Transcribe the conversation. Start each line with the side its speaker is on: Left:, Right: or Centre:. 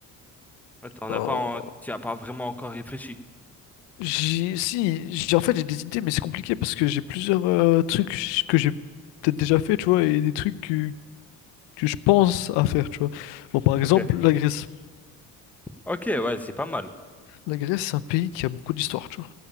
Centre: Ouais, T'en
Left: Euh,
Centre: as pas, en- t'y as pas vraiment encore réfléchi.
Left: J'ai, si, j'ai, en fait, j'ai des idées, mais c'est compliqué parce que j'ai plusieurs euh, trucs que j'ai peut-être déjà fait, tu vois, et des trucs que que je pense à faire, tu vois. Bon, par exemple,
Centre: Ok.
Left: la Grèce.
Centre: Ok, ouais, c'est pas mal.
Left: La Grèce, c'est un pays qui a beaucoup d'histoire, tu vois.